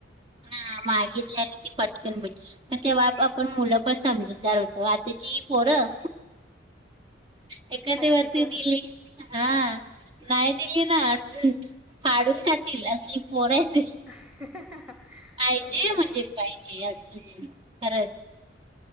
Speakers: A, on the right; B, in the centre.
A: हा मागितली आणि ती पटकन भेटली, तेव्हा आपण मुलं पण समजूतदार होतो. तवा आताची ही पोरं. एखादी
B: हट्टी
A: वस्तू
B: खोर
A: दिली
B: आहेत
A: की हा नाय दिली ना फाडून खातील असली पोर आहेत.
B: <unintelligible>
A: पाहिजे
B: होय
A: म्हणजे पाहिजे ह्यासनी खरच.